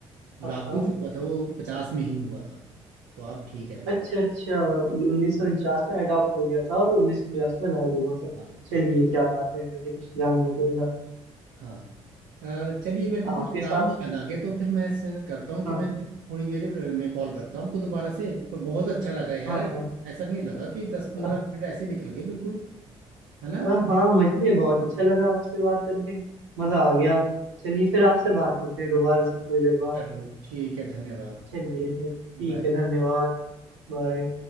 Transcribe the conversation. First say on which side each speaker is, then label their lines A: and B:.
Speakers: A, on the right; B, on the right.
A: हाँ
B: लागू
A: हाँ
B: जो हुआ था वो पचास में ही हुआ था तो आप ठीक है बिल्कुल
A: अच्छा अच्छा ये उन्नीस सौ उनचास में अडॉप्ट हो गया था और उन्नीस सौ पचास में लागू हुआ था
B: हाँ
A: चलिए
B: हाँ
A: क्या बात है मुझे कुछ जानने को मिला
B: हाँ अ, चलिए मेरे को
A: आपके
B: कुछ काम
A: साथ
B: याद आ गया तो फिर मैं ऐसा करता हूँ कि
A: हाँ
B: मैं थोड़ी देर अ, में कॉल करता हूँ आपको दोबारा से पर बहुत अच्छा लगा यार
A: हाँ हाँ
B: ऐसा नहीं लगा कि दस पंद्रह
A: अ-
B: मिनट ऐसे निकल गए बिल्कुल है ना
A: अ- हाँ मुझे भी बहुत अच्छा लगा आपसे बात करके मजा आ गया चलिए फिर आपसे बात करते हैं दोबारा से थोड़ी देर बाद
B: चलो ठीक है धन्यवाद
A: चलिए फिर ठीक
B: बाय
A: है धन्यवाद बाय